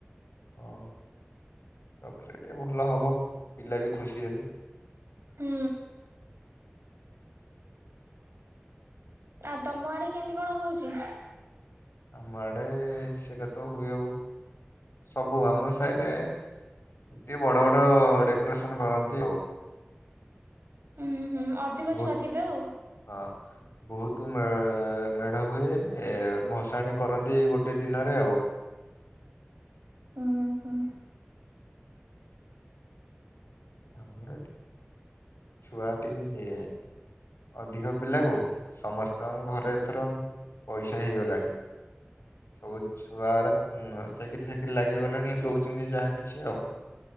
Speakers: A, on the left; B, on the right.
A: ହଁ ରଖିଲେ ଟିକେ ଭଲ ହବ। ପିଲା ବି ଖୁସି ହେବେ।
B: ହୁଁ ଆଉ ତମ ଆଡେ କେମିତି କଣ ହୋଉଚି।
A: ଆମ ଆଡେ ସେଟା ତ ହୁଏ ସବୁ ଆମ ସାହିରେ ଟିକେ ବଡ ବଡ ଡେକୋରେସନ କରନ୍ତି ଆଉ।
B: ହୁଁ ହୁଁ ଅଧିକ
A: ବହୁତ
B: ଛୁଆ ଥିବେ ଆଉ।
A: ହଁ ବୋହୁତୁ ମେ-ମେଢ ହୁଏ ଏ-ଭସାଣି କରନ୍ତି ଏଇ ଗୋଟେ ଦିନରେ ଆଉ।
B: ଉଁ ହୁଁ
A: ଆମର ଏଠି ଛୁଆ ଟିକେ ଅଧିକ ପିଲାକୁ ସମସ୍ତଙ୍କ ଘରେ ଏଥର ପଇସା ହେଇଗଲାଣି ସବୁ ଛୁଆରା ଚାକିରି ଫାକିରି ଲାଗିଗଲାଣି ଦୋଉଚନ୍ତି ଯାହା କିଛି ଆଉ।